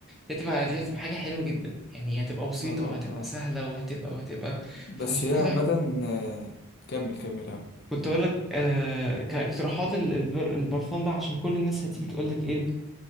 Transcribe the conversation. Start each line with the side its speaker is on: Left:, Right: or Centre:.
Centre: دي هتبقى دي هتبقى حاجة حلوة جدا يعني هتبقى بسيطة
Left: اه
Centre: وهتبقى
Left: اه
Centre: سهلة وهتبقى وهتبقى
Left: بس
Centre: فعشان
Left: هي
Centre: كده
Left: عامه آه، كمل كمل اه
Centre: كنت اقول لك آه كاقتراحات ال- الب- البرفان بقى عشان كل الناس هتيجي تقول لك ايه